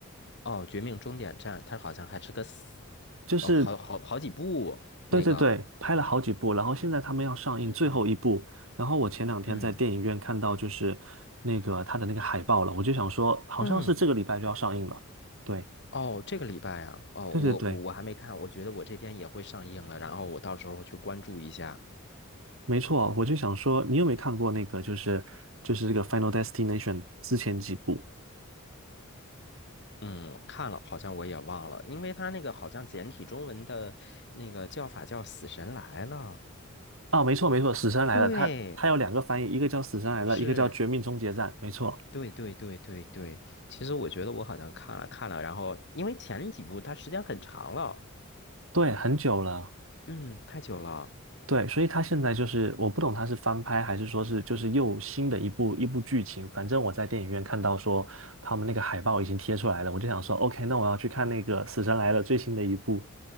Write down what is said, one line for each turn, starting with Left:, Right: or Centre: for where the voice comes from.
Left: 哦，绝命终点站，它好像还是个死
Right: 就是
Left: 哦，好好好几部那个。
Right: 对对对，拍了好几部，然后现在他们要上映最后一部，
Left: 嗯
Right: 然后我前两天在电影院看到就是那个他的那个海报了，
Left: 嗯
Right: 我就想说，好像是这个礼拜就要上映了。
Left: 嗯，
Right: 对
Left: 哦，这个礼拜啊，哦，
Right: 对对对。
Left: 我我我还没看，我觉得我这边也会上映了，然后我到时候去关注一下。
Right: 没错，我就想说，你有没有看过那个，就是就是这个《Final Destination》之前几部？
Left: 嗯，看了，好像我也忘了，因为他那个好像简体中文的那个叫法叫《死神来了》。
Right: 啊？没错没错，《死神来了》它它有两个翻译，
Left: 对，
Right: 一个叫《死神来了》，
Left: 是，
Right: 一个叫《绝命终结战》。没错，
Left: 对对对对对。其实我觉得我好像看了看了，然后因为前几部它时间很长了，
Right: 对，很久了，
Left: 嗯，太久了。
Right: 对，所以它现在就是我不懂它是翻拍还是说是就是又新的一部一部剧情。反正我在电影院看到说他们那个海报已经贴出来了，我就想说，OK，那我要去看那个《死神来了》最新的一部。